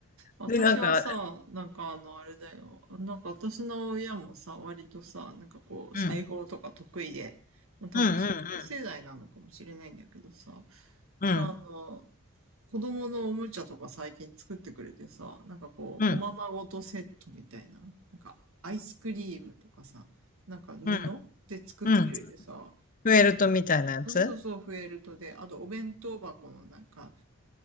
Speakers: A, on the right; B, on the left.
A: 私はさ、
B: で、なんか、う
A: なんかあの、あれだよ。なんか私の親もさ、割とさ、なんかこう、
B: ん、
A: 裁縫とか得意で、
B: うん、
A: まあ、多分そういう世代なのかもしれないんだけどさ、
B: うん、うん、うん、
A: あの、子供のおもちゃとか最近作ってくれてさ、なんかこう、
B: うん、うん、
A: おままごとセットみたいな、なんかアイスクリームとかさ、なんか布で作ってくれてさ、
B: うん、うん、フェルトみたいなやつ
A: そうそう、フェルトで、あとお弁当箱のなんか、